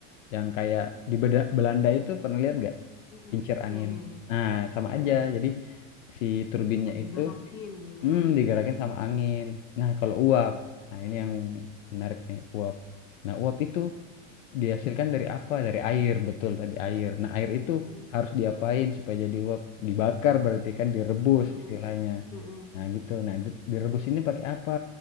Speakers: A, on the left; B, on the left.
A: yang kayak
B: mm-mm.
A: di Beda- Belanda itu pernah lihat nggak?
B: Mm-mm.
A: Kincir
B: Eh,
A: angin.
B: Iya, iya, iya.
A: Nah, sama
B: Iya,
A: aja. Jadi si turbinnya
B: tetap
A: itu
B: digerakin gitu
A: hmm,
B: ya.
A: digerakin sama angin. Nah, kalau uap.
B: Mm-mm.
A: Nah, ini yang menarik nih, uap. Nah, uap itu dihasilkan dari apa? Dari air, betul tadi air. Nah, air itu
B: Mm-mm.
A: harus diapain supaya jadi uap? Dibakar berarti kan direbus
B: Mm-mm.
A: istilahnya.
B: Mm-mm.
A: Nah, gitu. Nah, di- direbus ini pakai apa?